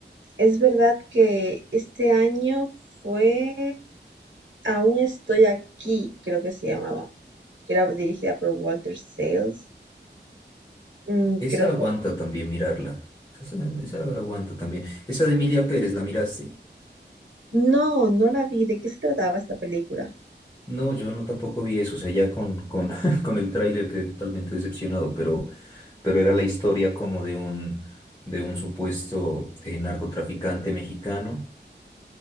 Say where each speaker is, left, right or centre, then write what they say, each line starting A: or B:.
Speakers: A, on the right (about 85°); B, on the left (about 20°).
A: es verdad que este año fue Aún estoy aquí, creo que se llamaba, que era dirigida por Walter Sales. Mm,
B: Esa
A: creo
B: aguanta
A: que...
B: también mirarla. Esa, esa aguanta también. Esa de Emilia Pérez, ¿la miraste?
A: No, no la vi. ¿De qué se trataba esta película?
B: No, yo no tampoco vi eso, o sea, ya con, con, <laughs> con el tráiler quedé totalmente decepcionado, pero, pero era la historia como de un, de un supuesto eh, narcotraficante mexicano